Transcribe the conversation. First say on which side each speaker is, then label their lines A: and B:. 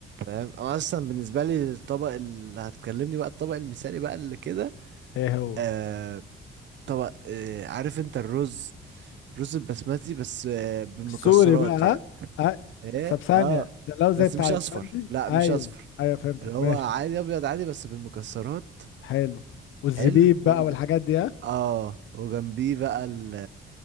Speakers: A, on the right (about 65°); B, on the left (about 80°).
A: فاهم أنا أصلا بالنسبة لي الطبق اللي هتكلمني بقى الطبق المثالي بقى اللي كده
B: ايه هو
A: آه طبق آه عارف أنت الرز رز البسمتي بس آه بالمكسرات
B: السوري بقى ها
A: يعني
B: أه؟
A: إيه
B: طب ثانية
A: آه
B: ده لو زي
A: بس
B: بتاع
A: مش
B: البندي
A: أصفر لا
B: ايوه
A: مش أصفر
B: ايوه فهمتك
A: اللي هو
B: ماشي
A: عادي أبيض عادي بس بالمكسرات
B: حلو والزبيب
A: حلو
B: بقى والحاجات دي ها
A: اه وجنبيه بقى ال-